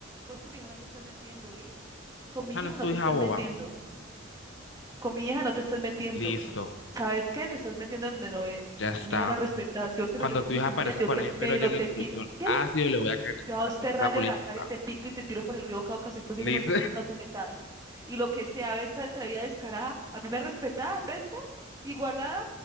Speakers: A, on the right; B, on the left.
A: Vos con mi hija no te estás metiendo, ¿oís? Con mi
B: Esa no
A: hija
B: es
A: no
B: tu
A: te
B: hija
A: estás
B: boba.
A: metiendo. Con mi hija no te estás metiendo.
B: Listo,
A: ¿Sabes qué? Te estás metiendo donde no es.
B: ya está.
A: A mi hija la respetas. Si vos te
B: Cuando
A: metes con
B: tu hija
A: mi familia,
B: aparezca
A: yo
B: con
A: te
B: ese
A: pelo,
B: pelo lleno
A: te
B: de solución
A: pico. ¿Qué?
B: ácido, le voy a echar en esa
A: Yo
B: cara
A: a vos
B: esa,
A: te rayo
B: esa culica.
A: la cara y te pico y te tiro por el río Cauca si es posible,
B: Liz.
A: porque <laughs> mi hija no te metas. Y lo que sea, esta atrevida descarada, a mí me respetás, esta igualada,